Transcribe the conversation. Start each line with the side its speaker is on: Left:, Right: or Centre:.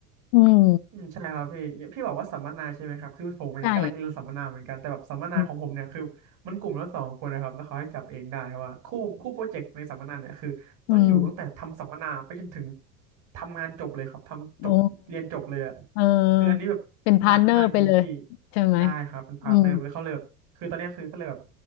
Left: อืม
Right: อืมใช่ครับพี่พี่บอกว่าสัมมนาใช่ไหมครับคือผมเนี่ยกำลังจะเรียนสัมมนาเหมือนกันแต่แบบสัมมนาของผมเนี่ยคือมันกลุ่มละสองคนนะครับแล้วเขาให้จับเองได้เพราะว่าคู่คู่โปรเจกต์ในสัมมนาเนี่ยคือต้องอยู่ตั้งแต่ทำสัมมนาไปจนถึง
Left: ใช่อืมอืม
Right: ทำงานจบเลยครับทำจบเรียนจบเลยอะ
Left: โอ้เอ
Right: คืออันนี้แบบหนักมากจริงพี่
Left: อเป็นพาร์ทเนอร์ไปเลยใช่ไหม
Right: ได้ครับเป็นพาร์ทเนอร์เลยเขาเลยแบบคือตอนเนี้ยคือก็เลยแบบ
Left: อืม